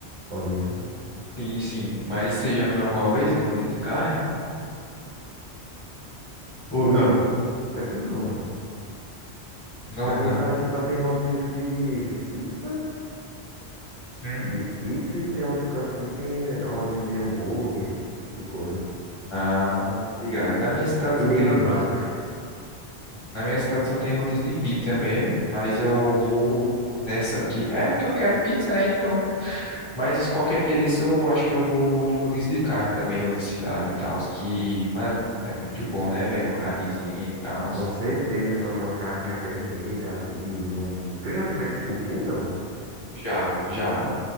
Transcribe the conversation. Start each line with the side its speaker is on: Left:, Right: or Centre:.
Right: rodízio, né?
Left: Sim, sim. Mas você já foi alguma vez em rodízio de carne? Ou
Right: Não.
Left: não?
Right: já que não, mano.
Left: Não,
Right: Na
Left: mano.
Right: minha cidade aqui só tem rodízio de pizza,
Left: Hum?
Right: de pizza e tem outro canto aqui que tem rodízio de hambúrguer, esse tipo de coisa.
Left: Ah, ligado. Na minha cidade
Right: E
Left: só
Right: derivados.
Left: tem rodeio. Na minha cidade só tem rodízio de pizza mesmo, mas eu vou nessa aqui. É porque eu quero pizza, né? Então, mas qualquer dia desse eu acho que eu vou num rodízio de carne também, em outra cidade e tal, que, mano, é muito bom, né, velho? Uma carnezinha e tal.
Right: Com certeza, mano, uma carninha vermelha ali, um... Tu já comeu esse cupim, não?
Left: Já, já.